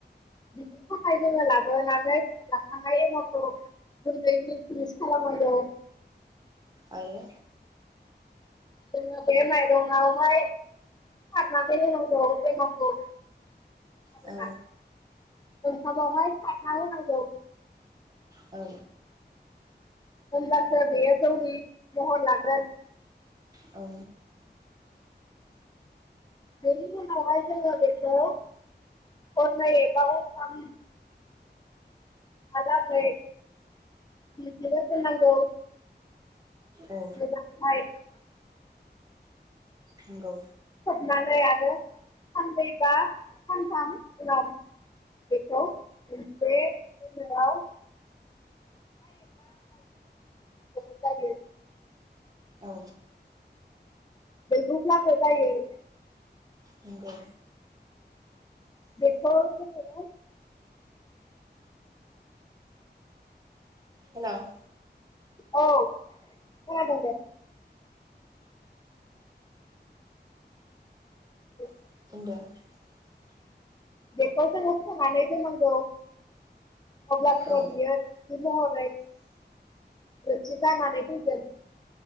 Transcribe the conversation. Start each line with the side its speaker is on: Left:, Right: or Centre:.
Left: बिनिथाखाय जों लाबोनानै। लाखांना‌ एमावखौ गुन्दै मि-मिस खालामांगौ।
Right: आरो
Left: जोङो बे माइरंआवहाय सारनानै होनांगौ एमावखौ। आरोना
Right: औ
Left: ओंखामावहाय सारना होनांगौ।
Right: औ
Left: होमबासो बेयो जौनि महर लागोन।
Right: औ
Left: बेनि उनाव हाय जोंओ बेखौ हरनैबाव हरथाम हालागै बिदिनो दोनां नांगौ।
Right: औ
Left: मोजां <unintelligible>
Right: नोंगौ
Left: खोबनानै आरो साननै बा सानथाम उनाव बेखौ मोनसे होनायाव <unintelligible> जायो।
Right: औ
Left: <unintelligible> जायो।
Right: नंगौ
Left: बेखौ जोङो
Right: हेल'
Left: औ खोनादों दे <unintelligible>
Right: <unintelligible>
Left: बेखौ जोंङो सोनानै दोननांगौ। अब्लासो
Right: औ
Left: बियो बिदि महरै रोसि जानानै फैगोन